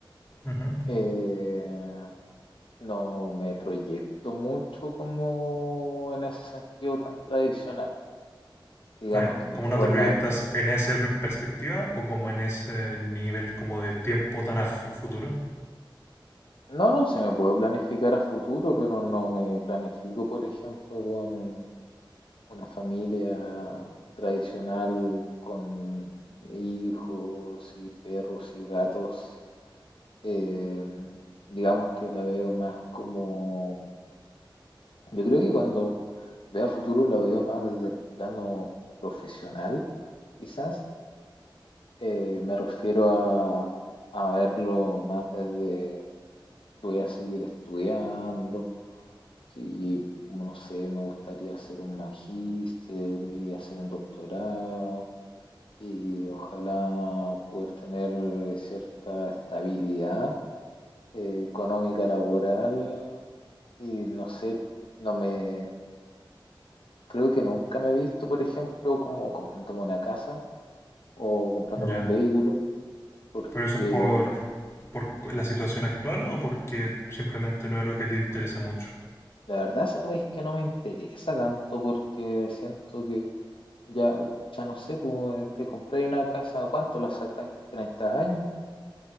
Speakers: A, on the left (about 30°); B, on the left (about 80°).
A: Ujú.
B: Eh, no me proyecto mucho como en ese sentido tan tradicional. Digamos
A: Ah, ya.
B: que mi
A: ¿Cómo
B: forma
A: no te proyectas
B: de
A: en esa per- perspectiva o como en ese nivel como de tiempo tan a fu- futuro?
B: No, no, se me puede planificar a futuro, pero no me planifico, por ejemplo, con un- una familia tradicional con hijos y perros y gatos. Eh, digamos que la veo más como, yo creo que cuando veo a futuro la veo más desde el plano profesional, quizás. Eh, me refiero a, a verlo más desde, voy a seguir estudiando Sí, no sé, me gustaría hacer un magíster y hacer un doctorado y ojalá poder tener eh, cierta estabilidad eh, económica laboral y no sé, no me creo que nunca me he visto, por ejemplo, como comprándome una casa o comprándome
A: Ya.
B: un vehículo, porque
A: ¿Pero eso es por, por la situación actual o porque simplemente no es algo que te interese mucho?
B: la verdad sabes que no me interesa tanto porque siento que Ya, ya no sé, pues te compráis una casa, ¿a ¿cuánto la sacáis? treinta años?